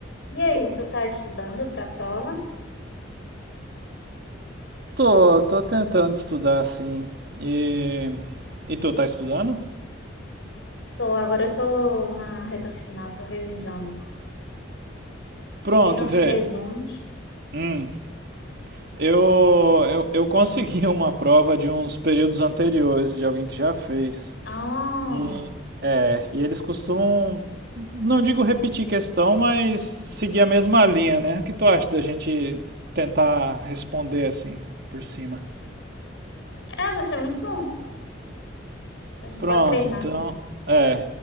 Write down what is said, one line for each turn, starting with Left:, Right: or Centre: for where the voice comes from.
Left: E aí, tu tá estudando para a prova?
Right: Tô, tô tentando estudar assim. E, e tu tá estudando?
Left: Tô, agora eu tô na reta final, tô revisando.
Right: Pronto,
Left: Fiz uns
Right: vê.
Left: resumos.
Right: Hum, eu, eu, eu consegui <laughs> uma prova de uns períodos anteriores, de alguém que já fez.
Left: Ah,
Right: E, é, e eles costumam, não digo repetir questão, mas seguir a mesma linha, né? O que tu acha da gente tentar responder assim, por cima?
Left: é, vai ser muito bom. A gente
Right: Pronto,
Left: pode treinar.
Right: então, é.